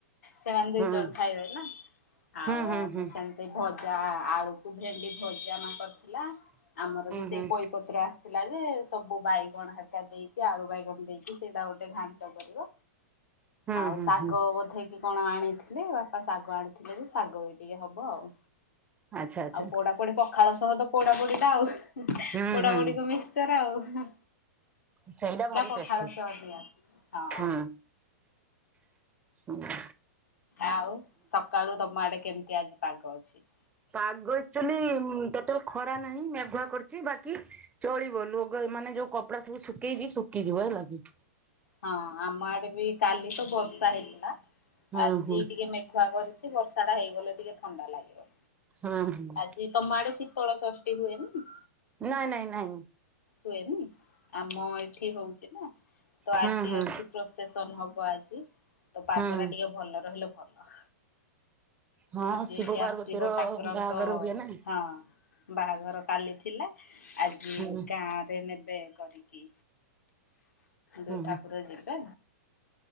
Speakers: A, on the left; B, on the right.
A: ସେମାନେ ଦି
B: ହୁଁ
A: ଜଣ ଖାଇବେ ନା ଆଉ
B: ହୁଁ ହୁଁ ହୁଁ
A: ମୁଁ ସେମିତି ଭଜା ଆଳୁ କୁ ଭେଣ୍ଡି ଭଜା ନ କରିଥିଲା ଆମର ବି ସେଇ
B: ହୁଁ ହୁଁ
A: ପୋଇ କତୁରେ ଆସିଥିଲା ଯେ ସବୁ ବାଇଗଣ ହରିକା ଦେଇକି ଆଳୁ ବାଇଗଣ ଦେଇକି ସେଇଟା ଗୋଟେ ଘାଣ୍ଟ କରିବା
B: ହୁଁ
A: ଆଉ
B: ହୁଁ
A: ଶାଗ
B: ହୁଁ
A: ବୋଧେ କି କଣ ଆଣିଥିଲେ ବାପା ଶାଗ ଆଣିଥିଲେ ଯେ ଶାଗ ବି ଟିକେ ହବ ଆଉ
B: ଆଚ୍ଛା ଆଚ୍ଛା
A: ଆଉ ପୋଡା ପୁଣି ପଖାଳ ସହ ତ ପୋଡା ପୋଡିଟା ଆଉ
B: ହୁଁ
A: ପୋଡାପୋଡିକୁ
B: ହୁଁ
A: ମିକ୍ସର ଆଉ।
B: ସେଇଟା ଭାରି
A: ପଖାଳ
B: ଟେଷ୍ଟି
A: ସହ ନିହାତି ହଁ।
B: ହୁଁ ହୁଁ। ହୁଁ।
A: ଆଉ ସକାଳୁ ତମ ଆଡେ କେମତି ଆଜି ପାଗ ଅଛି?
B: ପାଗ ଏକଚୋଲି ଉମ୍ ଟୋଟାଲ ଖରା ନାହିଁ ମେଘୁଆ କରିଚି ବାକି ଚଳିବ ଲୁଗା ଏ ମାନେ ଯୋଉ କପଡା ସବୁ ଶୁକେଇଚି ଶୁକିଯିବ ହେଲା କି।
A: ହଁ ଆମ ଆଡେ ବି କାଲି ତ ବର୍ଷା ହେଇଥିଲା
B: ହୁଁ
A: ଆଜି
B: ହୁଁ
A: ଟିକେ ମେଘୁଆ କରି ବର୍ଷାଟା ହେଇଗଲେ ଟିକେ ଥଣ୍ଡା ଲାଗିବ
B: ହୁଁ ହୁଁ
A: ଆଜି ତମ ଆଡେ ଶୀତଳ ଷଷ୍ ଟି ହୁଏନି।
B: ନାଇଁ ନାଇଁ ନାଇଁ।
A: ହୁଏନି ଆମ ଏଠି ହୋଉଚି ନା ତ ଆଜି
B: ହୁଁ ହୁଁ
A: ଅଛି ପ୍ରୋସେସନ ହବ ଆଜି ତ ପାଗଟା
B: ହୁଁ
A: ଟିକେ ଭଲ ରହିଲେ ଭଲ।
B: ହଁ
A: ଆଜି
B: ଶିବ
A: ଏଇଠି
B: ପାର୍ବତୀର
A: ଆସିବ ଠାକୁରଙ୍କ
B: ବାହାଘର ହୁଏ ନା
A: ହଁ। ବାହାଘର କାଲି ଥିଲା ଆଜି
B: ହୁଁ
A: ଗାଁରେ ନେବେ କରିକି ଦୁଇ
B: ହୁଁ
A: ଠାକୁର ଯିବେ।